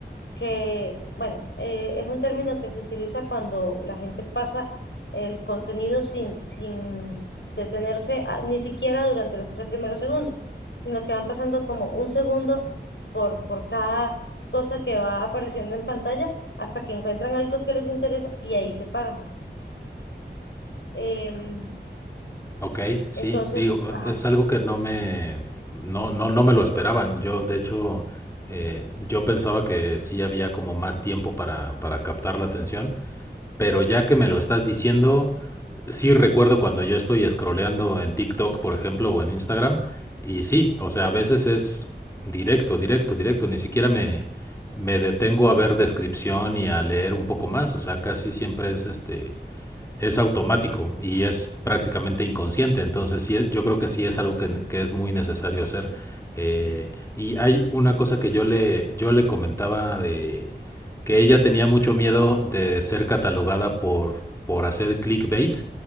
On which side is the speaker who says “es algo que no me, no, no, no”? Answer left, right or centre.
Left